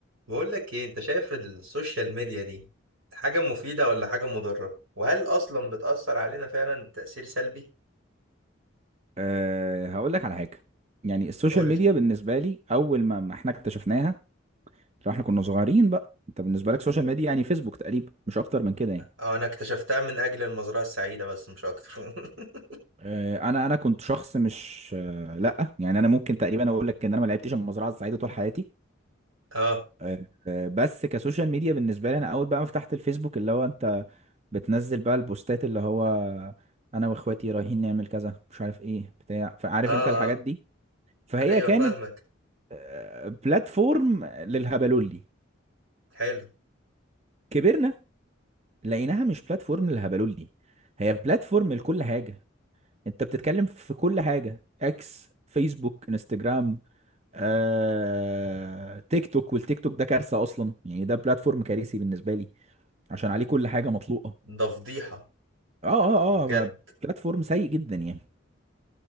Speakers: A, on the right; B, on the right.
A: بقول لك ايه انت شايف السوشيال ميديا دي حاجة مفيدة ولا حاجة مضرة وهل اصلا بتأثر علينا فعلا تأثير سلبي
B: أه هقول لك على حاجة يعني السوشيال
A: قول
B: ميديا
A: لي
B: بالنسبة لي أول ما ما احنا اكتشفناها لو احنا كنا صغيرين بقى انت بالنسبة لك سوشيال ميديا يعني فيسبوك تقريبا مش أكتر من كده يعني
A: اه انا اكتشفتها من اجل المزرعة السعيدة بس مش اكتر <laughs>
B: أه أنا أنا كنت شخص مش أه لأ يعني أنا ممكن تقريبا أقول لك إن أنا ما لعبتش المزرعة السعيدة طول حياتي
A: اه
B: أه آه، بس كسوشيال ميديا بالنسبة لي أنا أول بقى ما فتحت الفيسبوك اللي هو أنت بتنزل بقى البوستات اللي هو أنا وإخواتي رايحين نعمل كذا مش عارف إيه بتاع فعارف
A: اه اه
B: أنت الحاجات دي فهي
A: ايوه
B: كانت
A: فاهمك
B: آه، بلاتفورم للهبلولي
A: حلو
B: كبرنا لقيناها مش بلاتفورم للهبلولي هي بلاتفورم لكل حاجة انت بتتكلم في كل حاجة اكس فيسبوك انستجرام آه، تيك توك والتيك توك ده كارثة اصلا يعني ده بلاتفورم كارثي بالنسبة لي عشان عليه كل حاجة مطلوقة
A: ده فضيحة
B: اه اه
A: بجد
B: اه ب- بلاتفورم سيء جدا يعني